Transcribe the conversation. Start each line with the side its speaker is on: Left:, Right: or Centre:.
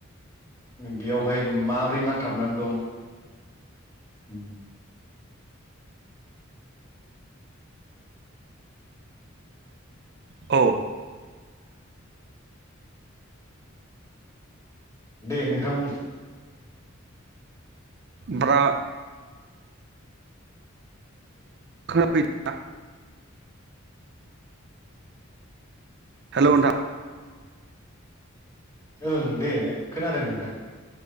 Left: बेयावहाय माबोरै नांथाबनानै दं? उम
Right: ह औ
Left: दे नोंथां बुं?
Right: ब्रा खोनाफैदो ना? हेल' नोंथां
Left: ओं दे खोनादों । दा